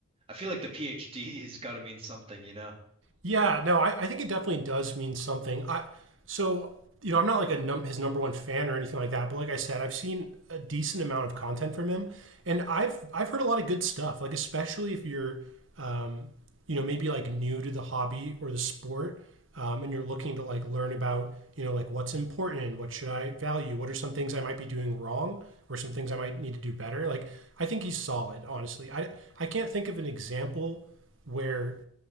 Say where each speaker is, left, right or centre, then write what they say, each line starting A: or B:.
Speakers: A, on the right; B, on the right.
A: I feel like the PhD <laughs> has got to mean something, you know?
B: Yeah, no, I, I think it definitely does mean something. I so you know I'm not like a num- his number one fan or anything like that, but like I said, I've seen a decent amount of content from him, and I've I've heard a lot of good stuff. Like especially if you're, um, you know, maybe like new to the hobby or the sport, um, and you're looking to like learn about you know like what's important, what should I value, what are some things I might be doing wrong, or some things I might need to do better. Like I think he's solid, honestly. I I can't think of an example where